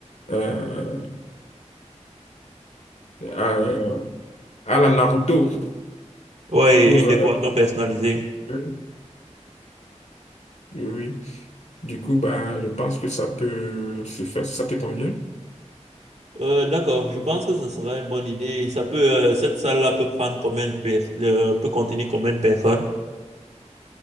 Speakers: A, on the left (about 65°); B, on the right (about 65°).
A: euh, à, à la Naruto
B: Ouais,
A: pour...
B: une décoration
A: euh,
B: personnalisée.
A: oui, oui. du coup, bah, je pense que ça peut se faire, si ça te convient.
B: Euh, d'accord, je pense que ce sera une bonne idée. Ça peut, euh, cette salle-là peut prendre combien de pers- euh, peut contenir combien de personnes?